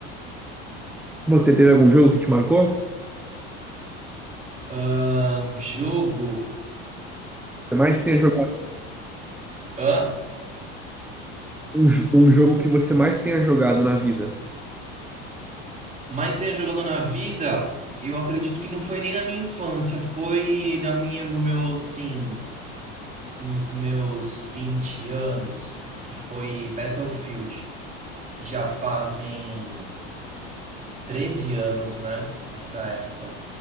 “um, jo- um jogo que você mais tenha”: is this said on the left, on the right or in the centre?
Centre